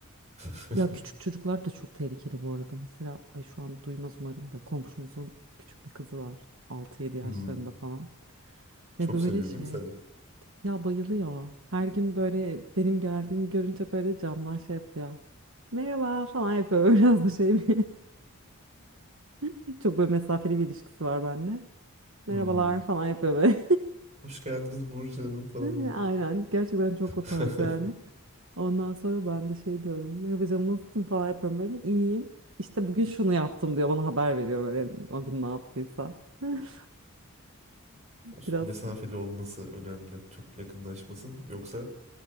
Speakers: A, on the right; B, on the right.
A: <laughs>
B: Ya küçük çocuklar da çok tehlikeli bu arada. Mesela ay şu an duymaz umarım da komşumuzun küçük bir kızı var. altı yedi yaşlarında
A: Hmm.
B: falan.
A: Çok
B: Ve böyle
A: seviyor
B: şey
A: değil mi seni?
B: Ya bayılıyor. Her gün böyle benim geldiğimi görünce böyle camdan şey yapıyor. Merhaba falan yapıyor. <laughs> Biraz da şey mi? <laughs> Çok böyle mesafeli bir ilişkisi var bende.
A: <laughs>
B: Merhabalar
A: Hmm.
B: falan yapıyor böyle.
A: Hoş geldiniz Burcu Hanım falan
B: <laughs>
A: diyor.
B: Aynen. Gerçekten çok
A: <laughs>
B: o tarz yani. Ondan sonra ben de şey diyorum. Merhaba canım nasılsın falan yapıyorum böyle. İyiyim. İşte bugün şunu yaptım diyor. Bana haber veriyor böyle o gün ne yaptıysa. <laughs>
A: Olsun,
B: Biraz
A: Mesafeli olması önemli. Çok yakınlaşmasın. Yoksa